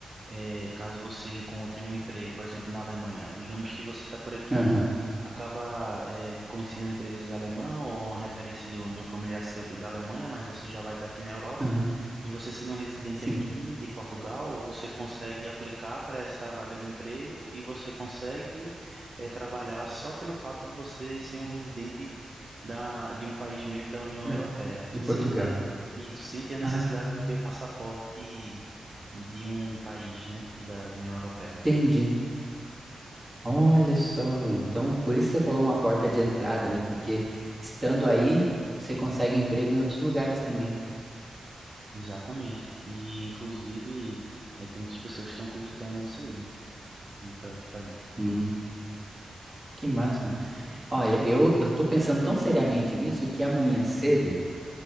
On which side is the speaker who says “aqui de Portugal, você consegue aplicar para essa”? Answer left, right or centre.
Right